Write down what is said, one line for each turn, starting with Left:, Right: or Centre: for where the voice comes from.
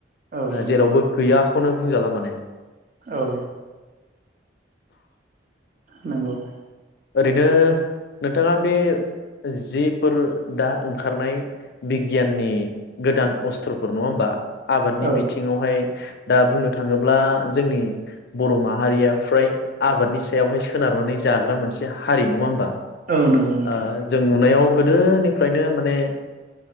Right: औ
Left: जेरावबो
Right: नंगौ
Left: गैया। खौनो बुंजाला माने
Right: औ नंगौ
Left: ओरैनो नोंथाङा बे जेफोर दा ओंखारनाय बिगियाननि गोदान अस्त्रफोर नङा होमबा? आबादनि
Right: औ
Left: बिथिङावहाय दा बुंनो थाङोब्ला जोंनि बर' माहारिया फ्राय आबादनि सायावहाय सो सोनारनानै जाग्रा मोनसे हारि नङा होमबा?
Right: औ नंगौ नोंथां
Left: ओ जों नुनायाव गोदोनिफ्रायनो माने